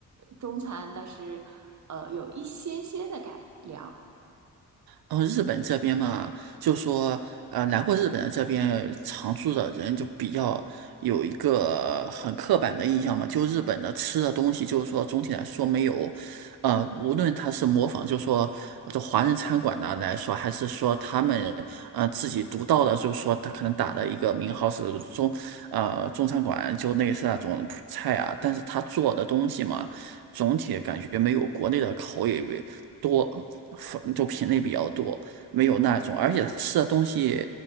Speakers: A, on the right; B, on the right.
A: 中餐，但是呃有一些些的改良。
B: 然后日本这边嘛，就说呃，来过日本的这边常住的人就比较有一个很刻板的印象嘛，就日本的吃的东西，就是说总体来说没有，呃，无论他是模仿，就说这华人餐馆的来说，还是说他们呃自己独到的，就是说他可能打的一个名号是中呃中餐馆，就类似那种菜啊，但是他做的东西嘛，总体感觉没有国内的口味。多，粉就品类比较多，没有那种，而且吃的东西，